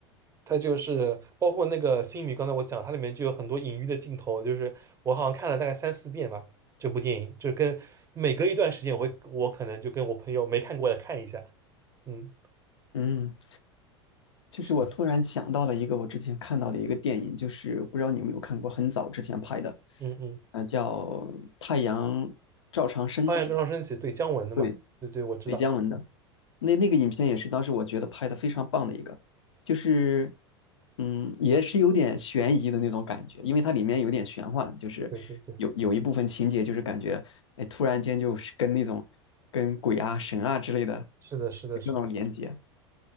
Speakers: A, on the right; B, on the left.
A: 它就是包括那个《星米》，刚才我讲，它里面就有很多隐喻的镜头，就是我好像看了大概三四遍吧，这部电影，就跟每隔一段时间我会，我可能就跟我朋友没看过的看一下，嗯，
B: 嗯。就是我突然想到了一个我之前看到的一个电影，
A: 是的，
B: 就是不知道你有没有看过，很早之前拍的，
A: 嗯嗯，
B: 呃，叫《太阳照常升起》，
A: 八月中上升起，对，姜文的嘛，
B: 对，
A: 对对，我知道，
B: 雷佳文的。那那个影片也是当时我觉得拍的非常棒的一个，就是嗯，也是有点悬疑的那种感觉，因为它里面有点玄幻，就是有有一部分情节就是感觉，
A: 对对对，
B: 哎，突然间就是跟那种跟鬼啊、神啊之类的
A: 是的，是的，
B: 有这种连接。
A: 是的，